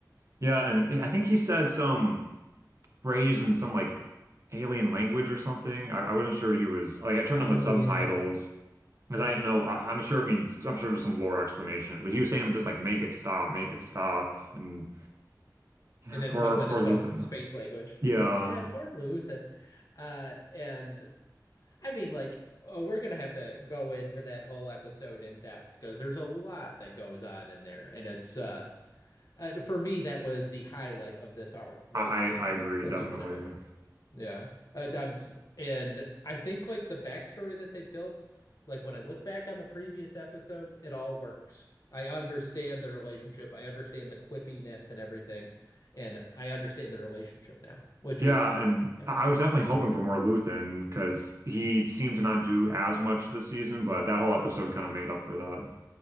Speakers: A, on the right (about 45°); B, on the left (about 55°).
A: Yeah, and I think he said some phrase in some like alien language or something. I, I wasn't sure what he was like. I turned
B: oh
A: on the subtitles
B: yeah
A: because
B: Hmm.
A: I didn't know. I, I'm sure it means. I'm sure there's some lore explanation, but he was saying just like make it stop, make it stop, and. Yeah,
B: and then
A: poor
B: something
A: poor
B: in some
A: Luthen.
B: space language
A: Yeah,
B: yeah poor Luthen uh and I mean like oh we're gonna have to go into that whole episode in depth because there's a lot that goes on in there and it's uh uh, for me, that was the highlight of this arc was
A: I
B: the
A: I I agree
B: the
A: definitely.
B: Luthen episode. Yeah, uh, and I think like the backstory that they built, like when I look back on the previous episodes, it all works. I understand the relationship. I understand the quippiness and everything, and I understand the relationship now, which
A: Yeah,
B: is
A: and
B: yeah.
A: I I was definitely hoping for more Luthen because he seemed to not do
B: Mhm.
A: as much this season, but that whole episode kind of made up for that.